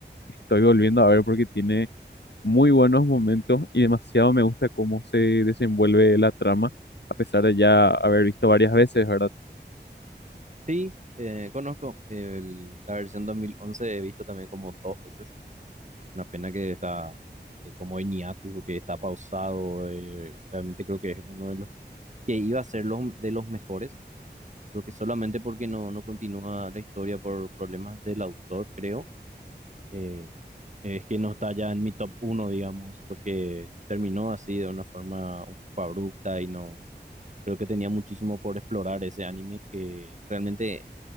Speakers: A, on the left (about 75°); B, on the right (about 40°).
A: Estoy volviendo a ver porque tiene muy buenos momentos y demasiado me gusta cómo se desenvuelve la trama, a pesar de ya haber visto varias veces, ¿verdad?
B: Sí, eh, conozco el- la versión 2011, he visto también como dos veces, una pena que está eh, como en hiatus, que está pausado, eh, realmente creo que es uno de los que iba a ser los, de los mejores, creo que solamente porque no, no continúa la historia por problemas del autor, creo eh, es que no está ya en mi top uno, digamos, porque terminó así de una forma un poco abrupta y no creo que tenía muchísimo por explorar ese anime que realmente